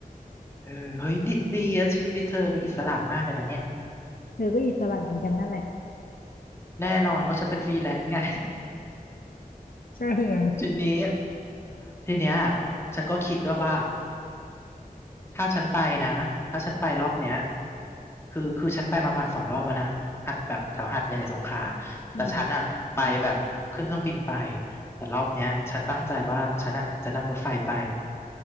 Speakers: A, on the left; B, on the left.
A: เออเฮ้ยดีดีอะชีวิตเธอดูอิสระมากเลยนะเนี่ย
B: เธอก็อิสระเหมือนกันนั่นแหละ
A: แน่นอนเพราะฉันเป็นฟรีแลนซ์ไง
B: ใช่ไง
A: ทีนี้ทีเนี้ยฉันก็คิดด้วยว่าถ้าฉันไปนะถ้าฉันไปรอบเนี้ยคือคือฉันไปมาประมาณสองรอบอะนะหัดแบบแถวหาดใหญ่สงขลาแต่ฉันอะไปแบบขึ้นเครื่องบินไป
B: อืม
A: แต่รอบเนี้ยฉันตั้งใจว่าฉันอะจะนั่งรถไฟไป